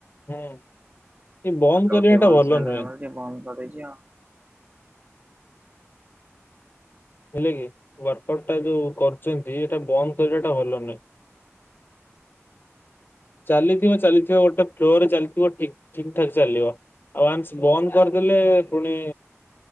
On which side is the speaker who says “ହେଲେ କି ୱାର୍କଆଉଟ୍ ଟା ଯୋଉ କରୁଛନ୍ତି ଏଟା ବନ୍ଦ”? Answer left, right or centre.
Left